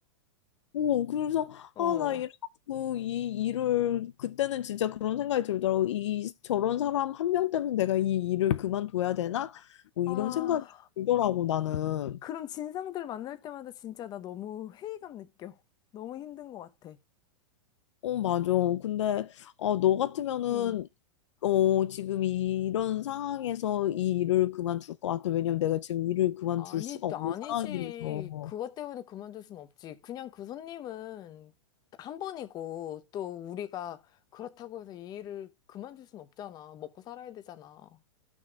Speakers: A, on the left; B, on the left.
A: 오, 그래서
B: 어.
A: 아, 나 이래갖고 이 일을 그때는 진짜 그런 생각이 들더라고. 이 저런 사람 한 명 때문에 내가 이 일을 그만둬야 되나? 뭐
B: 아,
A: 이런 생각이 들더라고 나는.
B: 그럼 진상들 만날 때마다 진짜 나 너무 회의감 느껴. 너무 힘든 것 같아.
A: 어, 맞아. 근데 어, 너 같으면은
B: 음.
A: 어, 지금 이런 상황에서 이 일을 그만둘 것 같아. 왜냐면 내가 지금 일을 그만둘
B: 아니,
A: 수가 없는
B: 아니지.
A: 상황이라서.
B: 그것 때문에 그만둘 순 없지. 그냥 그 손님은 한 번이고, 또 우리가 그렇다고 해서 이 일을 그만둘 순 없잖아. 먹고 살아야 되잖아.